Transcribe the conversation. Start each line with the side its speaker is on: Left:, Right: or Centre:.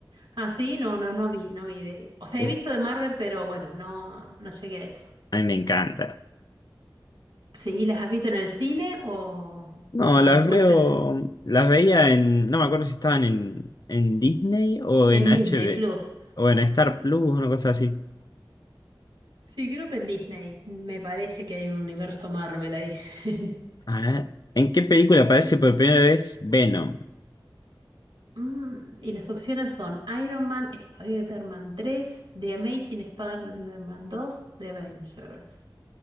Right: así no, no, no vi, no vi de... O sea,
Left: Uh,
Right: he visto de Marvel, pero bueno, no, no llegué a eso.
Left: a mí me encanta.
Right: Sí, ¿las has visto en el cine o,
Left: No,
Right: o
Left: las
Right: después
Left: veo,
Right: en,
Left: las veía en, no me acuerdo si estaban en, en Disney o
Right: en
Left: en H
Right: Disney
Left: B
Right: Plus?
Left: o en Star Plus, una cosa así.
Right: Sí, creo que en Disney. Me parece que hay un universo Marvel ahí. <laughs>
Left: A ver, ¿en qué película aparece por primera vez Venom?
Right: Mm, y las opciones son Iron Man, Spider-Man tres, The Amazing Spider-Man dos, The Avengers.